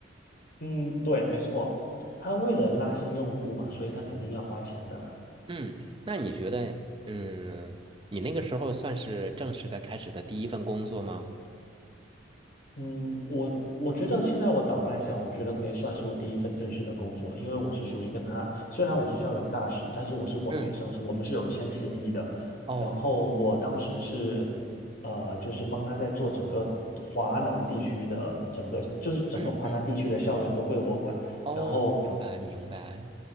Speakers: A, on the left; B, on the right.
A: 嗯，对，没错，他为了拉新用户嘛，所以他肯定要花钱的啦。
B: 嗯，那你觉得，嗯，你那个时候算是正式的开始的第一份工作吗？
A: 嗯，我我觉得现在我倒回来想，我觉得可以算是我第一份正式的工作，因为我是属于跟他，虽然我是校园大使，但是我是管培生，
B: 嗯，
A: 是我们是有签协议的。
B: 哦，
A: 然后我当时是，呃，就是帮他在做整个华南地区的整个，就是整个华南地区的校园都归我管。
B: 嗯嗯，哦，
A: 然后
B: 明白明白，